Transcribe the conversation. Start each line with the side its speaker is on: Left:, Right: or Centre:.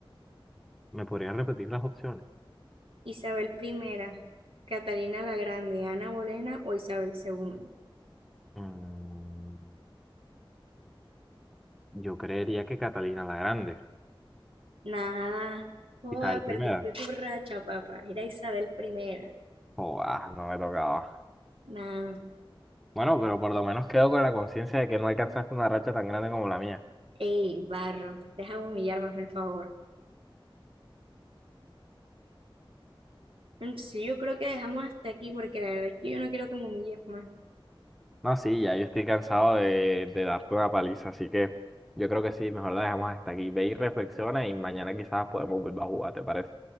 Centre: ¿Me podrían repetir las opciones?
Right: Isabel primera, Catalina la Grande, Ana Bolena o Isabel segunda.
Centre: Mm, yo creería que Catalina la Grande,
Right: Nada. Joda,
Centre: quizás el primera.
Right: perdiste tu racha, papá. Era Isabel primera.
Centre: Oh, ah, no me tocaba.
Right: Nada.
Centre: Bueno, pero por lo menos quedo con la conciencia de que no alcanzaste una racha tan grande como la mía.
Right: Ey, barro. Deja de humillarme, hazme el favor. Entonces yo creo que dejamos hasta aquí porque la verdad es que yo no quiero que me humilles más.
Centre: No, sí, ya yo estoy cansado de, de darte una paliza, así que yo creo que sí, mejor la dejamos hasta aquí. Ve y reflexiona y mañana quizás podemos volver a jugar, ¿te parece?